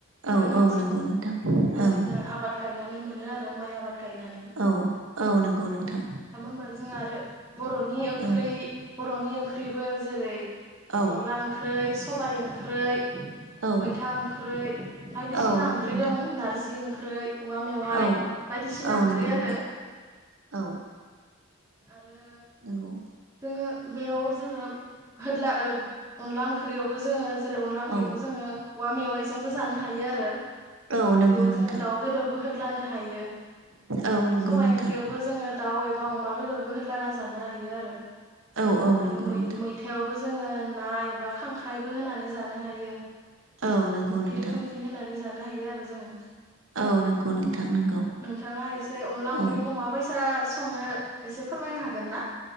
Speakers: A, on the right (about 80°); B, on the right (about 15°).
A: औ
B: गोनांथि
A: औ नंगौ
B: बेखौ
A: नोंथां ओं
B: जोङो आबाद गायनानै मोनो आरो माइ आबाद गायनानै
A: औ औ नंगौ
B: आरो
A: नोंथां
B: ओंखामोनबा जोंहा <inaudible> बर'नि ओंख्रै
A: औ
B: बर'नि ओंखार ओंख्रिबो जेरै
A: औ
B: अनदला ओंख्रि सबाइ ओंख्रै
A: औ
B: मैथा ओंख्रै बायदिसिना
A: औ नंगौ
B: ओंख्रै
A: नोंथां
B: दं नारजि ओं ख्रै औवा मेवाइ
A: औ
B: बायदिसिना
A: औ
B: ओंख्रि
A: नंगौ नोंथां
B: आरो
A: औ
B: आरो
A: नंगौ
B: जोङो बेयाव जोङो होदला अनला ओंख्रियावबो जोङो जेरै अनला ओंख्रिखौ
A: औ
B: जोङो औवा मेवाइजोंबो जानो हायो आरो।
A: औ नंगौ
B: बेयाव
A: नोंथां
B: जोङो दाउ बेदरबो होदलानो हायो।
A: औ नंगौ
B: सबाय
A: नोंथां
B: ओंख्रि रावबो जोङो दाउ बा अमा बेदर बो होदलाना जानो हायो आरो।
A: औ औ
B: आरोै
A: नंगौ नोंथां
B: मैथायाव जोङो ना एबा खांख्राइ बो होनानै जानो हायो।
A: औ नंगौ
B: बायदि
A: नोंथां
B: रोखोमनि होनानै जानो हायो आरो जोङो
A: औ नंगौ नोंथां नंगौ
B: नोंथाङा एसे अनला ओंख्रिखौ
A: औ
B: माबायसा सङो एसे फोरमायनो हागोन ना?